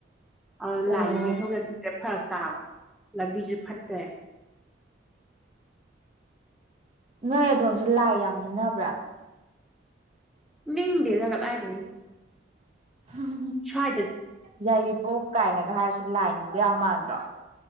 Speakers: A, in the centre; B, on the right.
A: ꯑꯗꯨꯅ
B: ꯑꯣ
A: ꯂꯥꯏꯒꯤꯁ ꯊꯣꯡꯖꯟꯁꯦ ꯐꯔꯛ ꯇꯥꯕ ꯂꯝꯕꯤꯁꯨ ꯐꯠꯇꯦ
B: ꯅꯣꯏ ꯑꯗꯣꯝꯁꯨ ꯂꯥꯏ ꯌꯥꯝ ꯅꯤꯡꯅꯕ꯭ꯔꯥ
A: ꯅꯤꯡꯗꯦꯗꯒꯂꯔꯦ
B: ꯍꯝ
A: ꯁ
B: ꯌꯥꯏꯔꯤꯄꯣꯛ ꯀꯥꯏꯅꯒ ꯍꯥꯏꯕꯁꯤ ꯂꯥꯏꯅꯤ ꯃꯗ꯭ꯔꯣ